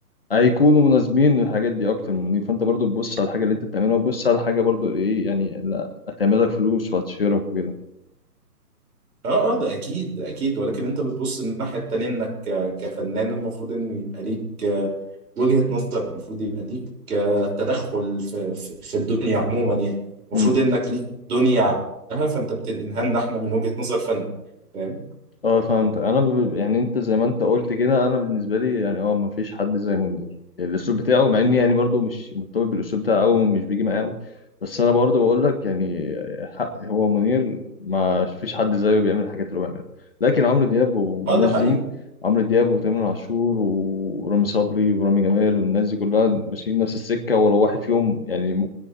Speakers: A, on the left (about 35°); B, on the right (about 65°).
A: هيكونوا مناسبين للحاجات دي اكتر مني فانت برضو تبص على الحاجه اللي انت بتعملها وتبص على حاجه برضو ايه يعني لا هتعملك فلوس وهتشهرك وكده
B: اه اه ده اكيد ده اكيد ولكن انت بتبص الناحيه التانيه انك ك- كفنان المفروض ان يبقى ليك آه، وجهة نظر المفروض يبقى ليك آه، تدخل في في في الدنيا عموما يعني المفروض
A: امم
B: انك ليك دنيا عنها فانت بتنقلها لنا احنا من وجهة نظر فن فاهم؟
A: اه فهمت انا ب... يعني انت زي ما انت قلت كده انا بالنسبه لي يعني اه ما فيش حد زي منير يعني الاسلوب بتاعه مع اني يعني برضو مش مرتبط بالاسلوب بتاعه او مش بيجي معاه أوي. بس انا برضو بقول لك يعني حق هو منير ما فيش حد زيه بيعمل الحاجات اللي هو بيعملها لكن عمرو دياب والناس
B: اه ده حقيقي
A: دي عمرو دياب وتامر عاشور ورامي صبري ورامي جمال والناس دي كلها ماشيين نفس السكه ولو واحد فيهم يعني م-